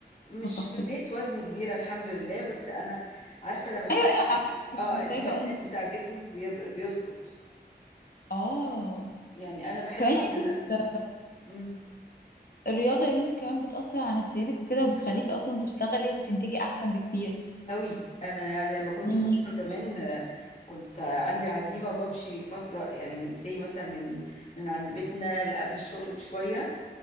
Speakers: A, on the left (about 40°); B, on the left (about 55°).
A: مش
B: طاقتك
A: كميه وزن كبيره الحمد لله بس انا عارفه لما تحس
B: ايوه ايوه على فكرة انت
A: اه
B: مش محتاجة
A: الفتنس
B: اصلا
A: بتاع جسمك بيف- بيظبط
B: اه
A: يعني انا بحس
B: وكمان يعني
A: ان انا مم.
B: الرياضة يا بنتي كمان بتأثر على نفسيتك وكده وبتخليكي أصلا تشتغلي وتنتجي أحسن بكتير
A: قوي انا يعني لما كنت
B: امم
A: فتره كمان آه، كنت عندي عزيمه وبمشي فتره يعني من سي مثلا من من عند بيتنا لقبل الشغل بشويه